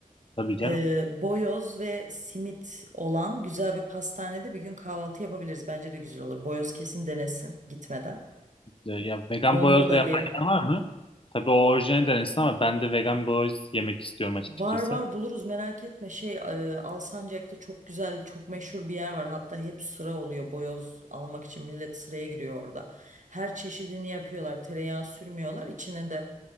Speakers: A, on the left; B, on the right.
A: Tabii canım.
B: Ee, boyoz ve simit olan güzel bir pastanede bir gün kahvaltı yapabiliriz. Bence de güzel olur. Boyoz kesin denesin gitmeden.
A: E, Ya vegan
B: Bomba
A: boyoz
B: da
A: da yapan
B: bir
A: yer var mı? Tabii o orijinal denesin ama ben de vegan boyoz yemek istiyorum açıkçası.
B: Var var buluruz merak etme. Şey e, Alsancak'ta çok güzel, çok meşhur bir yer var. Hatta hep sıra oluyor boyoz almak için millet sıraya giriyor orada. Her çeşidini yapıyorlar. Tereyağı sürmüyorlar. İçine de